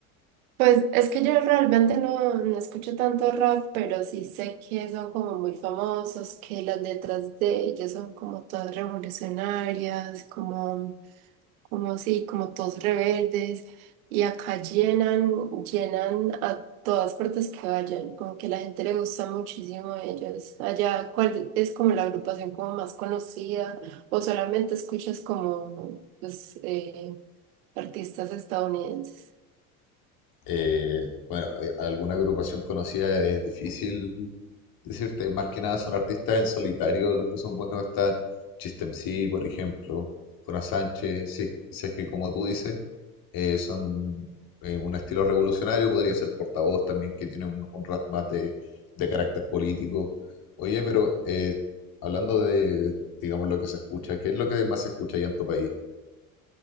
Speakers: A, on the right (about 70°); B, on the left (about 50°).
A: Pues es que yo realmente no, no escucho tanto rap, pero sí sé que son como muy famosos, que las letras de ellos son como todas revolucionarias, como, como sí, como todos rebeldes, y acá llenan, llenan a todas partes que vayan, como que la gente le gusta muchísimo a ellos. Allá, ¿cuál es como la agrupación como más conocida? ¿O solamente escuchas como pues, eh, artistas estadounidenses?
B: Eh, bueno, eh, alguna agrupación conocida es difícil decirte, más que nada son artistas en solitario los que son buenos, está Chistemsi, por ejemplo, Jonas Sánchez, si, es si es que como tú dices, eh, son eh, un estilo revolucionario, podría ser Portavoz también, que tiene un, un rap más de, de carácter político. Oye, pero eh, hablando de, digamos, lo que se escucha, ¿qué es lo que más se escucha allá en tu país?